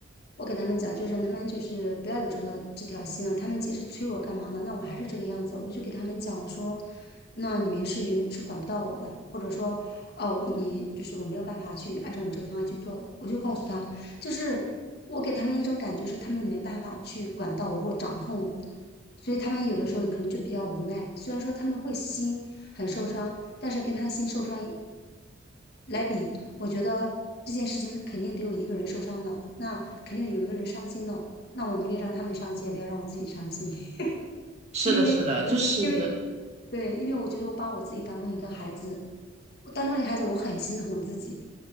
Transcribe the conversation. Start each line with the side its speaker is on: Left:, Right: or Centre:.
Left: 我给他们讲，就是让他们就是不要有这条这条心了。他们即使催我干嘛呢？那我还是这个样子。我就给他们讲，我说，那你们是有是管不到我的，或者说，哦，我你就是我没有办法去按照你这个方案去做的。我就告诉他，就是我给他们一种感觉是他们没办法去管到我或掌控我。所以他们有的时候可能就比较无奈。虽然说他们会心很受伤，但是跟他心受伤一来比，我觉得这件事情肯定得有一个人受伤的，那肯定有一个人伤心的。那我宁愿让他们伤心，也不要让我自己伤心，<laughs>
Right: 是的，
Left: 因为，
Right: 是的，就是
Left: 因为对，因为我觉得我把我自己当成一个孩子，我当成一个孩子，我很心疼我自己，